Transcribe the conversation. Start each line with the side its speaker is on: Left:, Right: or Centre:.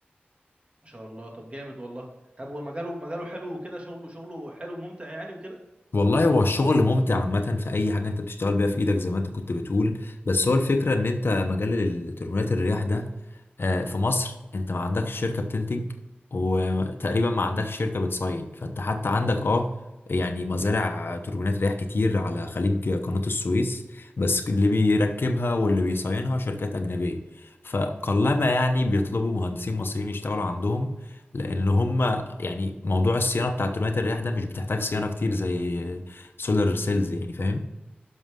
Right: ما شاء الله طب جامد والله طب ومجاله مجاله مجاله حلو وكده شغله شغله حلو ممتع يعني وكده
Left: والله هو الشغل ممتع عامة في أي حاجة أنت بتشتغل بيها في إيدك زي ما أنت كنت بتقول بس هو الفكرة إن أنت مجال ال- تربينات الرياح ده آه، في مصر أنت ما عندكش شركة بتنتج وتقريبا ما عندكش شركة بتصين فأنت حتى عندك أه يعني مزارع توربينات رياح كتير على خليج قناة السويس بس اللي بيركبها واللي بيصينها شركات أجنبية فقلما يعني بيطلبوا مهندسين مصريين يشتغلوا عندهم لأن هم يعني موضوع الصيانه بتاع تربينات الرياح ده مش بتحتاج صيانه كتير زي سولار سيلز يعني فاهم